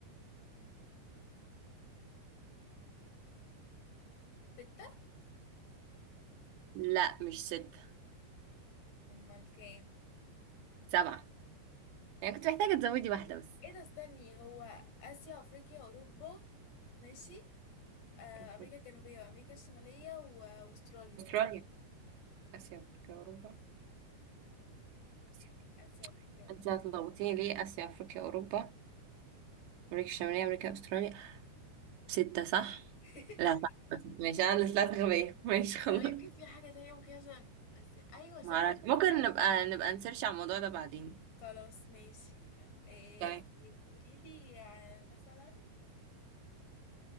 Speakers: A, on the left (about 70°); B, on the right (about 85°).
A: ستة
B: لا مش ستة
A: امال كام
B: سبعة يعني كنت محتاجة تزودي واحدة بس
A: ايه ده استني هو اسيا افريقيا اوروبا ماشي آه
B: المفروض
A: امريكا الجنوبية وامريكا الشمالية و- واستراليا
B: استراليا اسيا افريقيا اوروبا اسيا
A: اسيا افريقيا اوروبا
B: انت هتلخبطيني ليه اسيا افريقيا اوروبا امريكا الشمالية امريكا استراليا ستة صح
A: <laughs>
B: لا صح ماشي انا اللي طلعت غبية ماشي خلاص
A: ولا يمكن في حاجة تانية ممكن عشان بس- أيوة ست
B: معرفش ممكن نبقى نبقى نسيرش على الموضوع ده بعدين
A: خلاص ماشي آه
B: تمام
A: طيب قولي لي آه مثلا